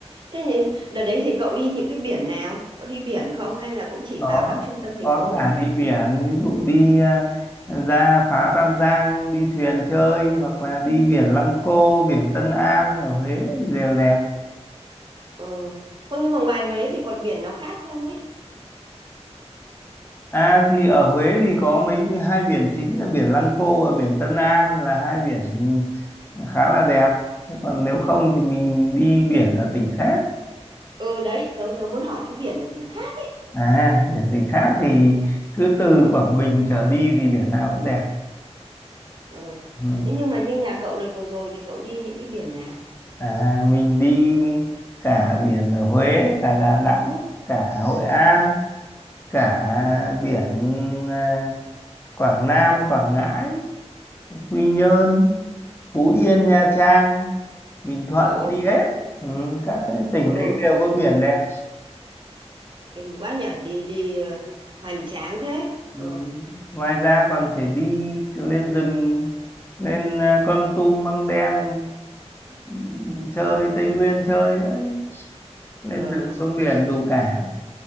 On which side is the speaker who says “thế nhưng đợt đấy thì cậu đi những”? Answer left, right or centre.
Right